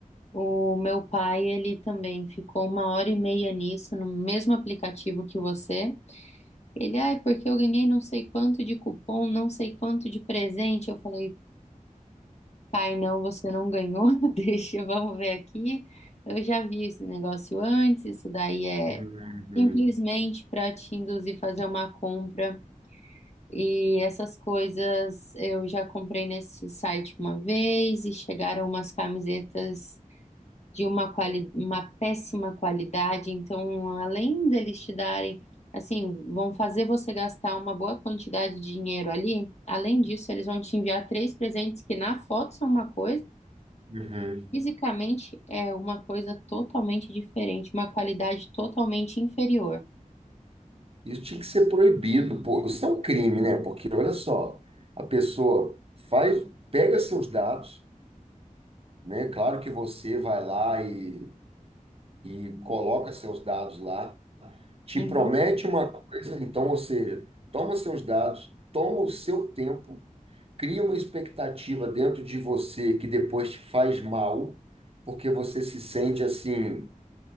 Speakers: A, on the left; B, on the right.
A: o meu pai, ele também ficou uma hora e meia nisso, no mesmo aplicativo que você. Ele, ai, porque eu ganhei não sei quanto de cupom, não sei quanto de presente. Eu falei, pai, não, você não ganhou, <laughs> deixa, vamos ver aqui. Eu já vi esse negócio antes, isso daí é
B: Uhum,
A: simplesmente para te induzir a fazer uma compra. E essas coisas eu já comprei nesse site uma vez e chegaram umas camisetas de uma, quali uma péssima qualidade. Então, além deles te darem, assim, vão fazer você gastar uma boa quantidade de dinheiro ali, além disso, eles vão te enviar três presentes que na foto são uma coisa,
B: uhum.
A: fisicamente é uma coisa totalmente diferente, uma qualidade totalmente inferior.
B: Isso tinha que ser proibido, pô. Isso é um crime, né? Porque olha só, a pessoa faz, pega seus dados, né? Claro que você vai lá e e coloca seus dados lá, te
A: Uhum.
B: promete uma coisa, então, ou seja, toma seus dados, toma o seu tempo, cria uma expectativa dentro de você que depois te faz mal, porque você se sente assim,